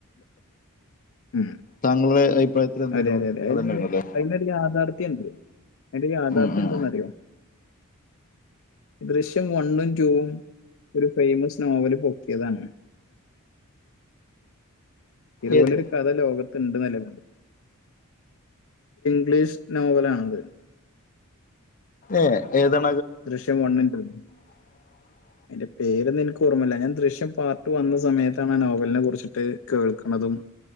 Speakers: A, on the left (about 65°); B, on the left (about 40°).
A: ഉ
B: താങ്കളുടെ അഭിപ്രായത്തിൽ എന്തായിരുന്നു
A: അതെ അതെ അതെ
B: അതന്നെയായിരുന്നല്ലേ
A: അതിനൊരു യാഥാർഥ്യം ഉണ്ട് അതിൻ്റെ യാഥാർഥ്യ
B: ഉം ഉം
A: എന്താന്നറിയോ ദൃശ്യം വൺ വും റ്റു വും ഒരു ഫെയമസ് നോവല് പൊക്കിയതാണ് ഇതുപോലെ
B: ഏത്
A: ഒരു കഥ ലോകത്തുണ്ട് നിലപ പ്ലീസ് നോവലാണത്
B: ഏയ് ഏതണത്
A: ദൃശ്യം വൺ വും റ്റു വും
B: ഉ <inaudible>
A: അതിന്റെ പേരൊന്നും എനിക്ക് ഓർമ്മല്ല ഞാൻ ദൃശ്യം പാർട്ട് വന്ന സമയത്താണ് ആ നോവലിനെ കുറിച്ചിട്ട് കേൾക്കുന്നതും-